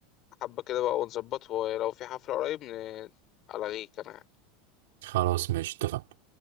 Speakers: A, on the left; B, on the right.
A: حبة كده بقى ونظبط ولو في حفلة قريب ن- ألغيك أنا
B: خلاص ماشي اتفقنا